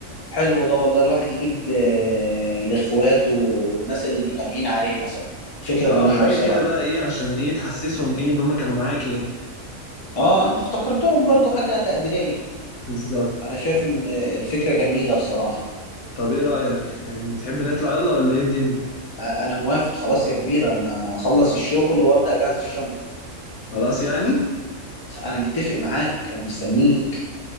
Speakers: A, on the left; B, on the left.
A: حلو ده والله الواحد يجيب آه، لاخواته والناس الغاليين عليه مثلا فكرة
B: اه
A: جميلة
B: حاجه
A: بصراحة
B: كده بقى ايه عشان ايه تحسسهم ايه ان هم كانوا معاك يعني
A: اه انت افتكرتهم برضو حاجة تقديرية
B: بالظبط
A: انا شايف ان آه، الفكرة جميلة بصراحة
B: طب ايه رايك يعني تحب نطلع يلا ولا ايه الدنيا
A: آه، انا موافق خلاص يا كبير انا اخلص الشغل وابدأ اجهز الشنطة
B: خلاص يعني
A: خ- انا متفق معاك انا مستنيك